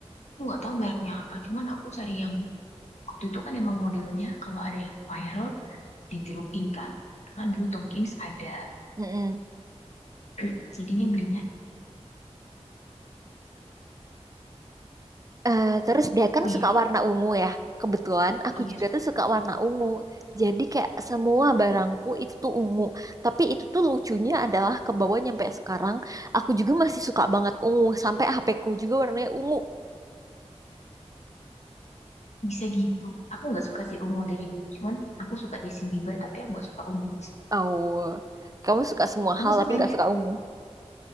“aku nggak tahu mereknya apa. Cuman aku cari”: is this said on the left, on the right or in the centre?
Left